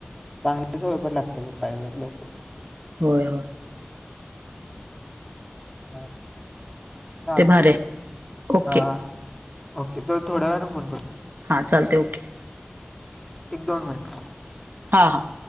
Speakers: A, in the centre; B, on the right (about 55°).
A: चांगलीच वयपर लागते कुठ लोकल
B: होय हो
A: ह चालते
B: ते भारी आहे ओके
A: हा ओके तो थोड्या वेळाने फोन करतो
B: हा चालते ओके
A: एक दोन मिनट
B: हां हां